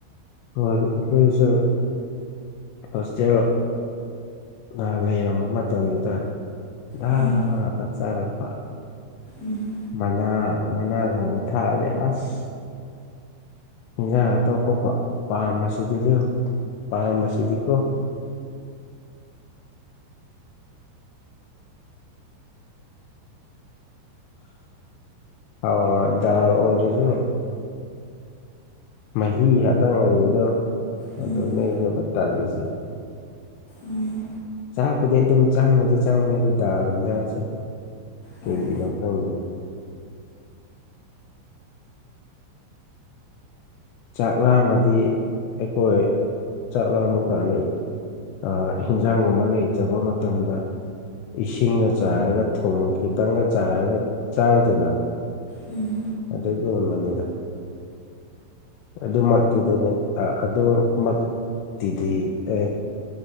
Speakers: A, on the left; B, on the left.
A: ꯍꯣꯏ ꯑꯗꯣ ꯑꯩꯁꯨ ꯍꯣꯁꯇꯦꯜ ꯅ ꯂꯩꯔꯝꯕ ꯃꯇꯝꯗꯨꯗ ꯗꯥꯜ
B: ꯎꯝ
A: ꯉꯥꯛꯇ ꯆꯥꯔꯛꯄ
B: ꯎꯝ
A: ꯃꯅꯥ ꯃꯅꯥꯒꯨꯝꯕ ꯊꯥꯔꯛꯑꯗꯤ ꯑꯁ ꯏꯟꯖꯥꯡ ꯑꯇꯣꯞꯄ ꯄꯥ ꯄꯥꯝꯕꯁꯤꯗꯤꯗꯣ ꯄꯥꯝꯕꯁꯤꯗꯤꯀꯣ ꯑꯣ ꯗꯥꯜ ꯑꯣꯏꯔꯖꯨ ꯃꯍꯤ ꯉꯥꯇꯪ ꯑꯣꯏꯕꯗꯣ
B: ꯎꯝ
A: ꯑꯗꯨꯅꯦꯕ ꯑꯩꯅ ꯇꯜꯂꯤꯁꯦ
B: ꯎꯝ
A: ꯆꯥꯛꯄꯨꯗꯤ ꯑꯗꯨꯝ ꯆꯪꯕꯗꯤ ꯆꯪꯕꯅꯦꯕ ꯗꯥꯜ ꯍꯤꯟꯖꯥꯡꯁꯦ
B: ꯍꯣꯏ
A: ꯀꯩꯒꯤꯅꯣ ꯈꯪꯗꯦ ꯆꯥꯛ ꯂꯥꯝꯃꯗꯤ ꯑꯩꯈꯣꯏ ꯆꯥꯛ ꯂꯥꯝꯕ ꯐꯥꯅꯩ ꯑꯥ ꯍꯤꯟꯖꯥꯡꯒꯨꯝꯕ ꯂꯩꯇꯕ ꯃꯇꯝꯗ ꯏꯁꯤꯡꯅ ꯆꯥꯏꯔꯒ ꯊꯨꯝ ꯈꯤꯇꯪꯒ ꯆꯥꯏꯔꯒ ꯆꯥꯏꯗꯅ
B: ꯎꯝ
A: ꯑꯗꯨꯒꯨꯝꯕꯅꯤꯗ ꯑꯗꯨꯃꯛꯇꯤꯗꯅꯦ ꯑꯗꯨ ꯃꯛ ꯇꯤꯗꯤ ꯑꯦ